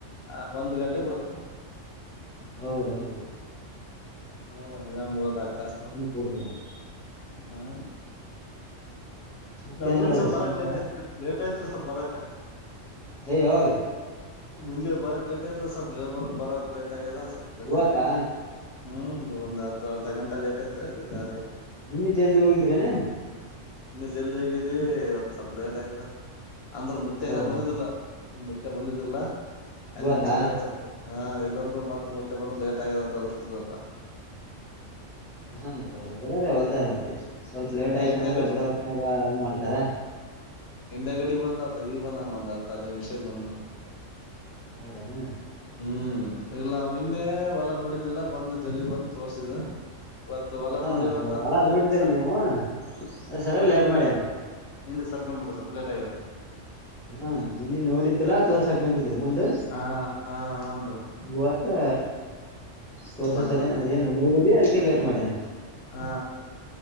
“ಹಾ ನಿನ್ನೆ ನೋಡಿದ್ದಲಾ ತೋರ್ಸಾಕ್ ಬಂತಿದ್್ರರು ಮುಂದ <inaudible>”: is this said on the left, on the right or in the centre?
Centre